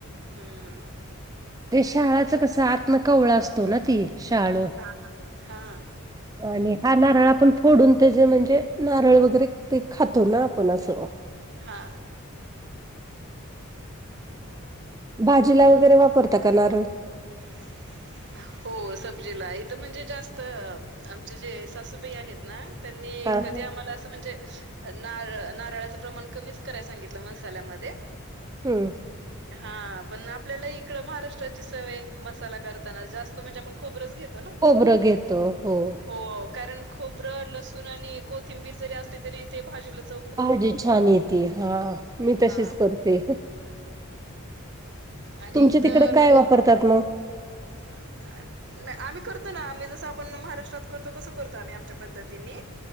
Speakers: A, on the right; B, on the right.
A: हम्म
B: शहाळ कसं आतन कवळ असतो ना ती शहा
A: हा.
B: आणि हा नारळ आपण फोडून त्याचेे म्हणजे नारळ वगैरे ते खातो ना आपण असं.
A: हा
B: भाजीला वगैरे वापरता का? नारळ.
A: <unintelligible> हो सब्जीला इथ म्हणजे जास्त आमचे जे सासूबाई आहेत. ना त्यांनी
B: हा
A: कधी आम्हाला असं म्हणजे नारळ नारळाचं प्रमाण कमीच कराय सांगितलं, मसाल्यामध्ये
B: हम्म
A: हा पण आपल्याला इकड महाराष्ट्राची सवय मसाला करताना जास्त म्हणजे आपण खोबरच घेतो ना!
B: खोबरं घेतो हो.
A: हो कारण खोबरं, लसूण आणि कोथिंबीर जरी असले तरी ते भाजीला चव
B: भाजी छान येते, हा मी तशीच
A: हां
B: करते.
A: आणि
B: तुमच्या
A: इथं
B: तिकडे काय
A: कसं
B: वापरतात मग?
A: <unintelligible> नाही आम्ही करतो ना, आम्ही जसं आपण महाराष्ट्रात करतो तसं करतो, आम्ही आमच्या पद्धतीने